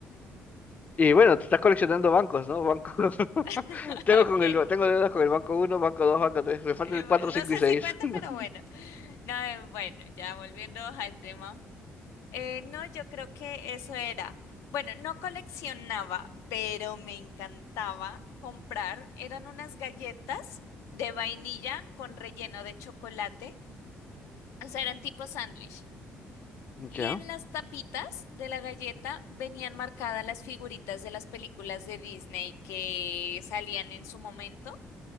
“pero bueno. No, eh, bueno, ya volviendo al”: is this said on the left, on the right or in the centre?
Left